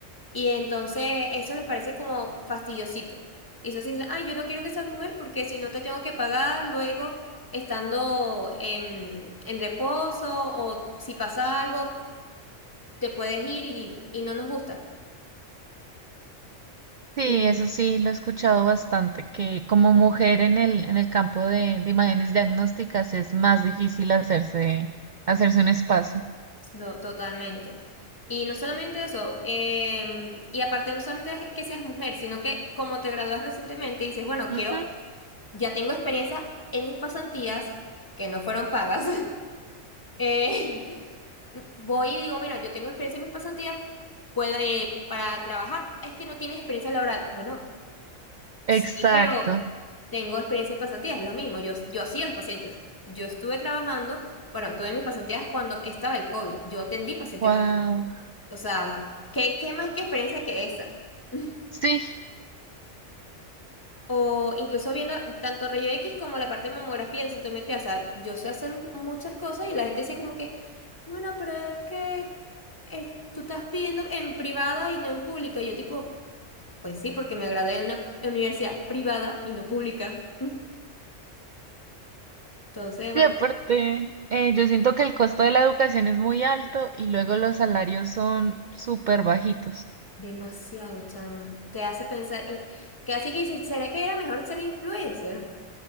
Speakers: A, on the left; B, on the right.
A: y entonces eso les parece como fastidiosito. Y eso se dice, ay, yo no quiero que seas mujer porque si no te tengo que pagar luego estando en, en reposo o si pasa algo te puedes ir y, y no nos gusta.
B: Sí,
A: Y
B: eso sí, lo he escuchado bastante, que como mujer en el, en el campo de, de imágenes diagnósticas es más difícil hacerse, hacerse un espacio.
A: no, totalmente. Y no solamente eso, em, y aparte no solamente es que seas mujer, sino que como te gradúas recientemente, dices, bueno,
B: Ujú.
A: quiero, ya tengo experiencia en mis pasantías, que no fueron pagas. <laughs> eh, voy y digo, mira, yo tengo experiencia en mis pasantías, puedo, eh, para trabajar, es que no tienes experiencia laboral. Bueno. Sí,
B: Exacto.
A: pero tengo experiencia en pasantías, es lo mismo. Yo, yo hacía los pacientes. Yo estuve trabajando, bueno, tuve mis pasantías cuando estaba el COVID. Yo atendí pacientes
B: Wow.
A: con... O sea, ¿qué, qué más que experiencia que esa? <laughs>
B: Sí,
A: O incluso viendo tanto rayo X como la parte de mamografía en sintometría. O sea, yo sé hacer muchas cosas y la gente dice como que, bueno, pero es que eh, tú estás pidiendo en privada y no en pública. Y yo tipo, pues sí, porque me gradué de una universidad privada y no pública. Entonces, bueno,
B: y aparte, eh, yo siento que el costo de la educación es muy alto y luego los salarios son súper bajitos.
A: demasiado, chama. Te hace pensar, en- que así que dices, ¿será que era mejor ser influencer?